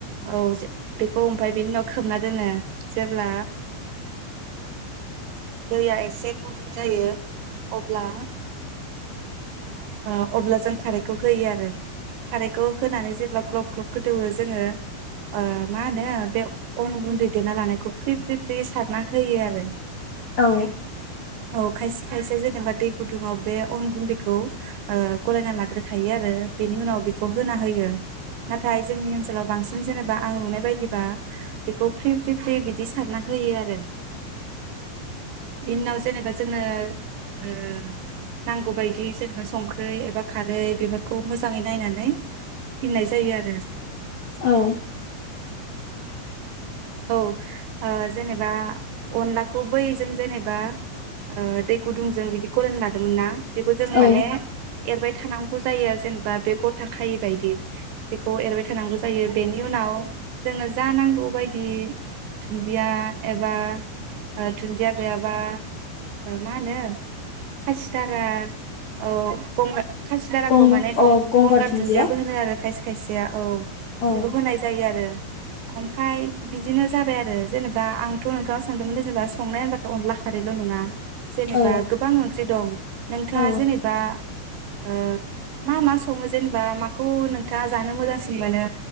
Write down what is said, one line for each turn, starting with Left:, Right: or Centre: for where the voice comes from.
Right: औ जे बेखौ ओमफ्राय बेनि उनाव खोबना दोनो जेब्ला दैया एसे गुदुं जायो अब्ला ओ अब्ला जों खारैखौ होयो आरो खारैखौ होनानै जेब्ला ग्लब ग्लब गोदौवो जोङो ओ मा होनो बे अन गुन्दै देना लानायखौ फ्रि फ्रि फ्रि सारना होयो आरो
Left: औ।
Right: औ खायसे खायसे जेनेबा दै गुदुङाव बे अन गुन्दैखौ ओ गलायना लाग्रोखायो आरो बेनि उनाव बेखौ होना होयो। नाथाय जोंनि ओनसोलाव बांसिन जेनेबा आं नुनाय बायदिबा बेखौ फ्रि फ्रि फ्रि बिदि सारना होयो आरो बिनि उनाव जेनेबा जोङो ओ नांगौबादि जों संख्रै एबा खारै बेफोरखौ मोजाङै नायनानै होफिननाय जायो आरो
Left: औ।
Right: औ ओ जेनेबा अनलाखौ बै जों जेनेबा ओ दै गुदुंजों बिदि गलायना लादोंमोन ना बेखौ जों
Left: औ
Right: माने एरबाय थानांगौ जायो ओ जेनेबा बे गथा खायि बायदि बेखौ एरबाय थानांगौ जायो बेनि उनाव जोंनो जा नांगौ बाय दि थुनदिया एबा ओ थुनदिया गैया बा ओ मा होनो खासिथारा औ गंगार खासिदाराखौ
Left: गंग
Right: माने
Left: अ
Right: गं-गंगार
Left: गंगार दुन्दिया
Right: दुन्दियाबो होनो आरो खायसे खायसेया औ।
Left: औ
Right: बेखौ होनाय जायो आरो ओमफ्राय बिदिनो जाबाय आरो जेनेबा आंथ' नोंथांनाव सोंदोंमोन जेनेबा संनाय होनबाथ' अनला खारैल' नङा। जेनेबा
Left: औ
Right: गोबां ओं ख्रि दं नोंथाङा
Left: औ
Right: जेनेबा ओ मा मा सङो जेनेबा माखौ नोंथाङा जानो मोजांसिन मोनो